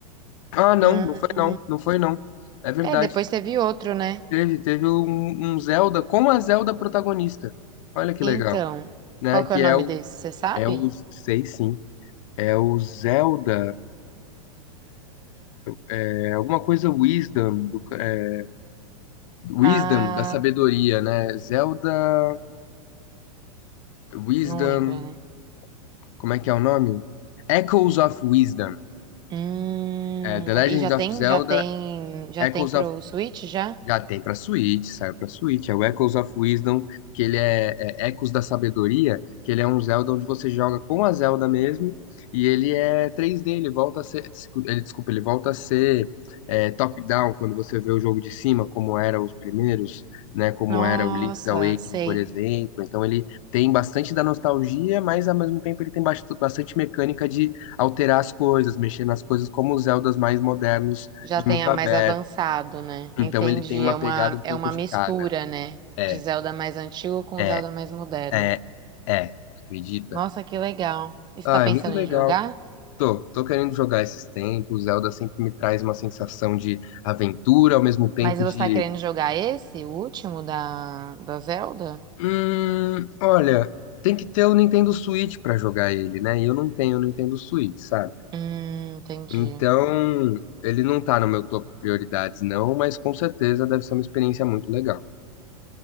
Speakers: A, on the left; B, on the right.
A: Ah, não,
B: Hum,
A: não foi não, não foi não. É verdade,
B: é, depois teve outro, né?
A: teve, teve um, um Zelda com a Zelda protagonista. Olha que
B: Então,
A: legal, né?
B: qual que
A: Que
B: é o nome
A: é o,
B: desse? Você sabe?
A: é o, sei sim, é o Zelda, é alguma coisa Wisdom, do, ca- é, Wisdom
B: Ah,
A: da sabedoria, né? Zelda Wisdom,
B: não lembra, né?
A: como é que é o nome? Echoes of Wisdom,
B: Hum,
A: é, The Legend
B: e já tem,
A: of Zelda,
B: já tem, já
A: Echoes
B: tem pro
A: of
B: Switch já?
A: Já tem pra Switch, saiu pra Switch. É o Echoes of Wisdom, que ele é, é Ecos da Sabedoria, que ele é um Zelda onde você joga com a Zelda mesmo, e ele é 3D, ele volta a ser, descu- ele, desculpa, ele volta a ser é, top-down, quando você vê o jogo de cima, como era os primeiros, né, como
B: Nossa,
A: era o Link's Awakening,
B: sei.
A: por exemplo. Então ele tem bastante da nostalgia, mas ao mesmo tempo ele tem bast- bastante mecânica de alterar as coisas, mexer nas coisas como os Zeldas mais modernos
B: Já
A: de
B: tenha
A: mundo aberto
B: mais avançado, né?
A: então
B: Entendi.
A: ele tem uma
B: É uma,
A: pegada um pouco
B: é uma
A: de
B: mistura,
A: cada.
B: né?
A: É,
B: De Zelda mais antigo com
A: é,
B: Zelda mais moderno.
A: é, é. Acredita?
B: Nossa, que legal. E Você
A: Ah,
B: tá pensando
A: é muito legal.
B: em jogar?
A: Tô, tô querendo jogar esses tempos. Zelda sempre me traz uma sensação de aventura, ao mesmo tempo
B: Mas você
A: de.
B: tá querendo jogar esse, o último da, da Zelda?
A: Hum, olha, tem que ter o Nintendo Switch pra jogar ele, né? E eu não tenho o Nintendo Switch, sabe?
B: Hum, entendi.
A: Então, ele não tá no meu topo prioridades, não, mas com certeza deve ser uma experiência muito legal.